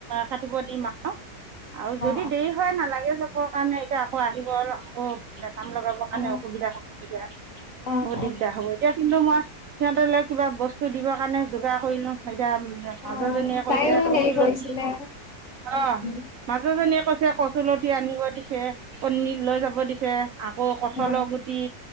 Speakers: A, on the right; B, on the left.
A: কাটিব দিম আৰু। অ', আৰু যদি
B: অ
A: দেৰি হয় নালাগে যাব, কাৰণে এতিয়া আকৌ আহিব আকৌ কাম লগাব কাৰণে
B: অ
A: অসুবিধা হ'ব তেতিয়া,
B: অ
A: বহুত
B: অ
A: এতিয়া কিন্তু মই, সিহঁতলে কিবা বস্তু দিবৰ কাৰণে যোগাৰ কৰিলো, এতিয়া মানুহজনীয়ে
B: অ
A: কৈছে
B: তাইও হেৰি
A: কচু
B: কৰিছিলে
A: লতি,
B: উম
A: অ' মানুহজনীয়ে কৈছে কচুলতি আনিব দিছে। কণী লৈ যাব দিছে, আকৌ কঠালৰ
B: অ অ
A: গুটি।